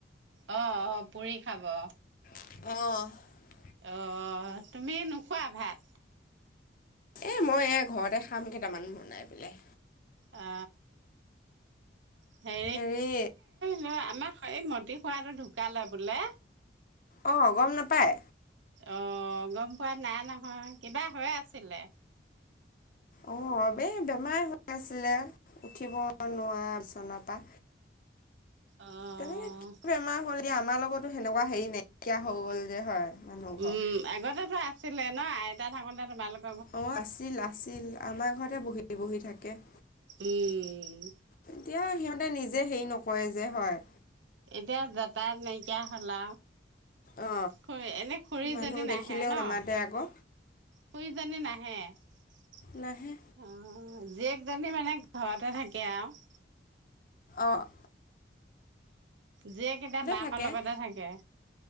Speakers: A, on the right (about 85°); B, on the left (about 45°).
A: অ - অ পুৰি খাব।
B: অহ ',
A: অ, তুমি নোখোৱা ভাত
B: এ মই এ ঘৰতে খাম কেইটামান বনাই পেলাই।
A: অ, সে
B: হেৰি
A: ল আমাক এই মটি খোৱাটো ঢুকালে বোলে।
B: অহ, গম নাপায়।
A: অহ' গম পোৱা নাই নহয়। কিবা হৈ আছিলে।
B: অ, এই বেমাৰ হৈ আছিলে উঠিব নোৱাৰা বিচনৰ পৰা।
A: অ'
B: তেনেকে কি বেমাৰ হ'ল এই আমাৰ লগতো সেনেকুৱা হেৰি নাইকিয়া হৈ গল যে হয়। মানুহ ঘৰ
A: উম, আগতেতো আছিলে ন আইতা থাকোতে তোমালোক
B: অ, আছিল - আছিল আমাৰ ঘৰতে বহি- বহি থাকে।
A: উম,
B: এতিয়া সিহঁতে নিজে হেৰি নকৰে যে হয়।
A: এতিয়া যাতাৰ নাইকিয়া হলা।
B: অ
A: খ এনেই খুৰীজনী
B: মানুহ
A: নাহে
B: দেখিলেও
A: ন।
B: নামাতে আকৌ
A: শুই জনি নাহে অ',
B: নাহে
A: জীয়েকজনী মানে ঘৰতে থাকে আৰু।
B: ব
A: যিয়ে কেইতা মাকৰ
B: থাকে,
A: লগতে থাকে।